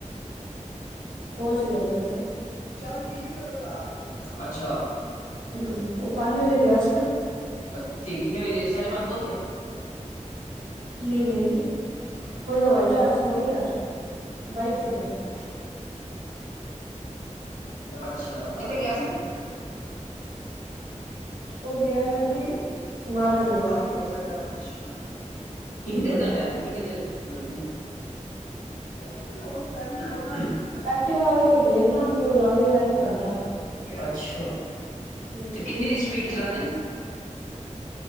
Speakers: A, on the right; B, on the left.
A: ਪਹੁੰਚ ਗਿਆ ਜੀ ਉਹ ਤੇ
B: ਚੱਲ ਠੀਕ ਆ ਫਿਰ ਘਰ ਪੁੱਜਦਾ ਅੱਛਾ।
A: ਹੂੰ ਉਹ ਪੰਜ ਵਜੇ ਗਿਆ ਸੀ ਨਾ
B: ਬਤੀ ਕਿੰਨੇ ਵਜੇ ਆਈ ਸਾਢੇ ਪੰਜ ਪਹੁੰਚ ਗਿਆ?
A: ਨਹੀਂ ਨਹੀਂ ਕੋਈ ਹਵਾਈ ਜਹਾਜ਼ ਤੇ ਥੋੜ੍ਹੀ ਗਿਆ ਸੀ ਬਾਈਕ ਤੇ ਗਿਆ ਸੀ।
B: ਅੱਛਾ ਕਿਥੇ ਗਿਆ ਸੀ।
A: ਉਹ ਗਿਆ ਹੈ ਜੀ ਮਾਰਕੰਡੇ
B: ਚੌੜਾ ਵੀ ਹੋ ਸਕਦਾ, ਅੱਛਾ। ਕਿੰਨੀ
A: ਹਮ
B: ਦੇਰ ਦਾ ਟੇਮ ਕਿੰਨੀ ਦੇਰ ਲੱਗਦੇ ਨੇ? <unintelligible> ਇਹ
A: ਐਕਟਿਵਾ ਉਥੇ ਗਏ ਨਾ ਤੇ ਉਹ ਲੱਗ ਜਾਏਗਾ ਇੱਕ ਘੰਟਾ।
B: ਅੱਛਾ।
A: ਕੋਈ
B: ਤੇ ਕਿੰਨੀ
A: ਨੀ
B: ਸਪੀਡ ਚਲਾਉਂਦੇ ਨੇ